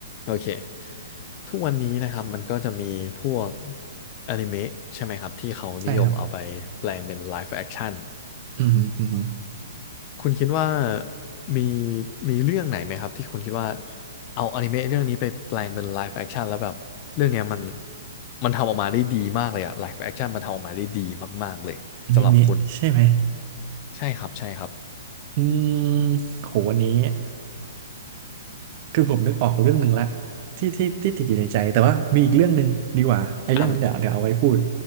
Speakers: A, on the left (about 35°); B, on the right (about 40°).
A: โอเค ทุกวันนี้นะครับ มันก็จะมีพวกอนิเมะใช่ไหมครับที่เขานิยมเอาไปแปลงเป็นไลฟ์แอคชั่น
B: ใช่ครับอืมฮึอืมฮึ
A: คุณคิดว่ามีมีเรื่องไหนไหมครับที่คุณคิดว่าเอาอนิเมะเรื่องนี้ไปแปลงเป็นไลฟ์แอคชั่นแล้วแบบเรื่องเนี้ยมันมันทำออกมาได้ดีมากเลยอะไลฟ์แอคชั่นมันทำออกมาได้ดีมากๆเลยสำหรับคุณ
B: อนิเมะใช่ไหม
A: ใช่ครับใช่ครับ
B: อืมโหวันนี้คือผมนึกออกเรื่องหนึ่งละที่ที่ที่ติดอยู่ในใจ แต่ว่ามีอีกเรื่องหนึ่งดีกว่า ไอ้เรื่องนั้นเดี๋ยว
A: อ่ะ
B: เดี๋ยวเอาไว้พูด